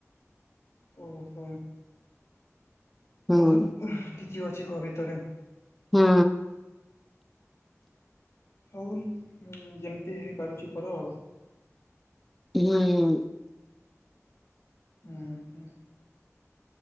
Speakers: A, on the left (about 65°); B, in the centre.
A: ଓହୋ
B: ହୁଁ
A: ବହୁତ କିଛି ଅଛି କବିତରେ
B: ହୁଁ
A: ହଉ ଯେମିତି ହେଇପାରୁଛି କର ଆଉ
B: ହୁଁ
A: ହଁ ହୁଁ